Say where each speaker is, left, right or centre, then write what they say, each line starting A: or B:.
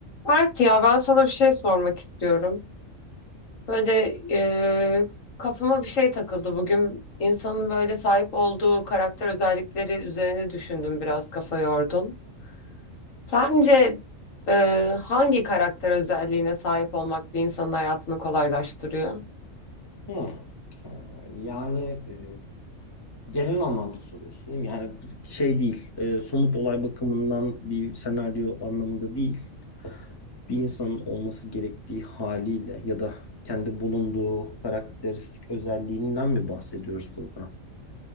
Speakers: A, on the left; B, on the left.
A: Mert ya ben sana bir şey sormak istiyorum. Böyle e, kafama bir şey takıldı bugün. İnsanın böyle sahip olduğu karakter özellikleri üzerine düşündüm biraz kafa yordum. Sence e, hangi karakter özelliğine sahip olmak bir insanın hayatını kolaylaştırıyor?
B: Hı. Aa, Yani e, genel anlamda soruyorsun değil mi? Yani şey değil, e, somut olay bakımından bir senaryo anlamında değil. Bir insanın olması gerektiği haliyle ya da kendi bulunduğu karakteristik özelliğinden mi bahsediyoruz burada?